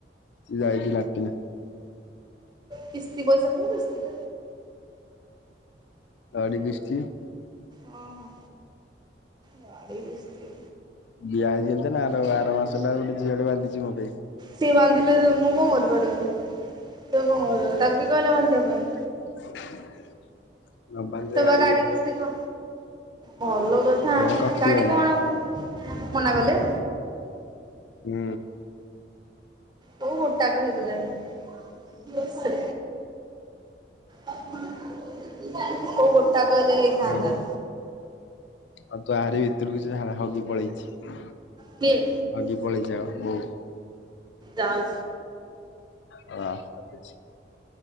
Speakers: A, on the left; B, on the right.
A: ସେ ଯାଇଚି ଲାଟିନି।
B: କିସ୍ତି ପଇସା କୋଉ କିସ୍ତି?
A: ଗାଡ଼ି କିସ୍ତି।
B: ହଁ ହଁ ଗାଡ଼ି କିସ୍ତି।
A: ଦିଆ ହେଇଚି ଯାଞ୍ଚନା ଆର ଆର ମାସଟା ଗୋଟେ ଝିଅ ଟେ ବାନ୍ଧିଛି ମୋତେ।
B: ସିଏ ବାନ୍ଧିଲେ ମୁଁ କଣ କରିପାରିବି ତ କଣ କର ତାକୁ କିଏ କହିଲା ବାନ୍ଧିବା ପାଇଁ?
A: <unintelligible> ନ ବାନ୍ଧିଲେ
B: ତ ବା ଗାଡି
A: ଭିଡିନେବେ
B: କିସ୍ତି କ ଭଲ କଥା ଆଉ
A: ଏ କଟିବନି
B: ଗାଡି କଣ? ମନା କଲେ।
A: ହୁଁ।
B: ବୋଉ ମୋଟାକ ହେଇଗଲାଣି ସେ କଉ କ ତାକୁ ଦେଇ ଥାଆନ୍ତା।
A: ନଦୀ ଆଉ ତାଆରି ଭିତରକୁ ଝା ହଗି ପଳେଇଛି
B: କିଏ
A: ହଗି ପଳେଇଛି ଆଉ ବୋଉ।
B: ଯାଉ।
A: ହଁ <inaudible>